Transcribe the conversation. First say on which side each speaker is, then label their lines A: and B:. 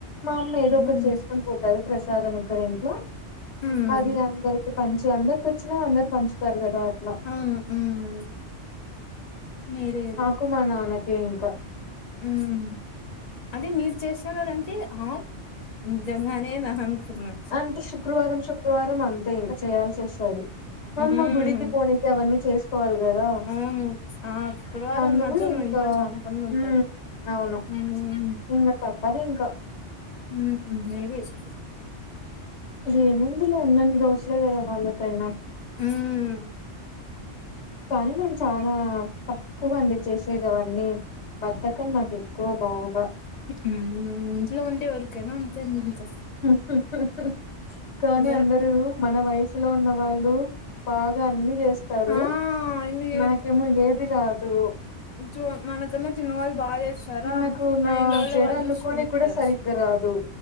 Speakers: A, on the left (about 70°); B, on the left (about 45°).
A: మా అమ్మ ఏదో
B: హ్మ్
A: ఒకటి చేసుకొని పో హరిప్రసాదము ఇక్కడ ఇంట్లో
B: హ్మ్
A: అది అందరికి. పంచి అందరికి వచ్చిన అందరూ పంచుతారు కదా అట్లా
B: మ్ మ్మ్ ఆ నేరేదు
A: కు నాన్నకే ఇంకా
B: మ్ అదే మీరు చేస్తున్నారంటే ఆమ్ నిజంగానే రాదు అనుకున్నా
A: అంటే శుక్రవారం శుక్రవారం అంతే ఇంక చేయాల్సి వస్తాది. మాఅమ్మ
B: హ్మ్
A: గుడికి పోనీకి అవన్నీ చేసుకోవాలి కదా?
B: అవును ఆ శుక్రవారం
A: అందుకు
B: మాత్రం
A: ఇంకా
B: మా ఇంట్లో చాలా పనులు ఉంటాయి.
A: ఉమ్ అవును.
B: హ్మ్
A: ఇంగ తప్పదు ఇంక
B: మ్ హు ఏ వేసు
A: ఏ ముందిలే ఉన్నన్ని రోజులే కదా వాళ్ళకైనా.
B: మ్
A: కానీ, మేము చాలా తక్కువ అండి చేసేది అవన్నీ. బద్దకం నాకు ఎక్కువ బాగా
B: హ్మ్ హు ఇంట్లో ఉంటే వర్కేనా అంతేనా ఏం చేస్తావు?
A: హ్ హ్ హ్ కానీ
B: వే
A: అందరూ మన వయసులో ఉన్న వాళ్ళు బాగా అన్నీ చేస్తారు.
B: ఆ ఎన్ని
A: నాకేమో ఏదిరాదు.
B: జో మన కన్నా చిన్నవాళ్ళు బాగా చేస్తున్నారు.
A: నాకు
B: మనా
A: నా
B: ఇండ్ల లో
A: జడ
B: వాళ్ళు
A: అల్లుకోనికి
B: చూసుకొని ఇత్తారు.
A: కూడా సరిగ్గా రాదు